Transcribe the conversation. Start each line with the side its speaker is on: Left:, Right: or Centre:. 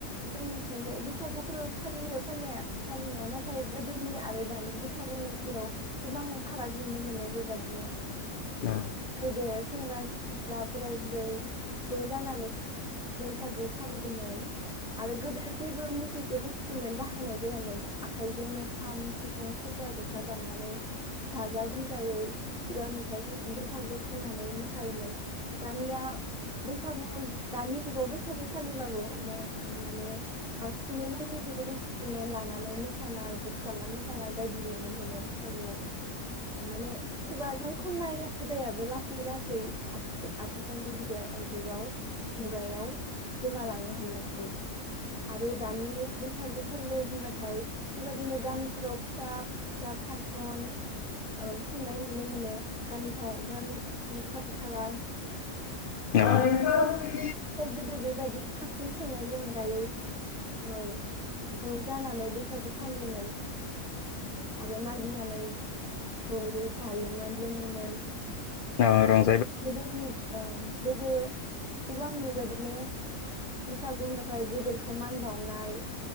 Centre: जोंनिथिंजाय बैसागु फोरबो फालियो फालिनाया फालिनाया नाथाय गोदोनि आरो दानि बैसागुनि गेजेराव गोबां फाराग नुनो मोनो बेबादिनो।
Left: अ
Centre: गोदो सेंग्रा सिख्ला बोराय बुरै ज' जानानै बैसागु फालियोमोन आरो गोदो जेबो मिउजिक <unintelligible> <unintelligible> बाहायनाय जायामोन आखाइजोंनो खाम, सिफुं सेरजा, जथा दामनानै गाजा गोमजायै खुगा मेथाइखौ बैसागु खननानै मोस थायोमोन दानिया बैसागु दानि जुगाव बैसागु फालिबाबो माने ओ माने बांसिनैनो मिउजिकेलि सिट्रमेन्ट लानानै मोसानाय बक्स दाबना मोसानाय बायदि नुनो मोनो। सागु माने खुगाजों खननाय हुदायाबो लासै लासै आथि आथिखालनि जुगाव मुगायाव गोमालांनो हमदोंसै आरो दानि बैसागु फोरबो होनबाथाय बेबायदिनो गामिफोराव फिसा फिसा फासन ओ खुंनाय नुनो मोनो। गामि खा गामिनि खा दिखालास
Left: <unintelligible>
Centre: गोदो बेबायदि फांसन खुंनायनि अनगायै ओ ज' जानानै बेस बैसागु फालियोमोन। आरो मागिनानै जयै जायोमोन लोङोमोन।
Left: अ' रं
Centre: गोदोनि ओं गोदो गोबां बेबायदिनो फैसागु होनबाथाय गेदेरखौ मान बावनाय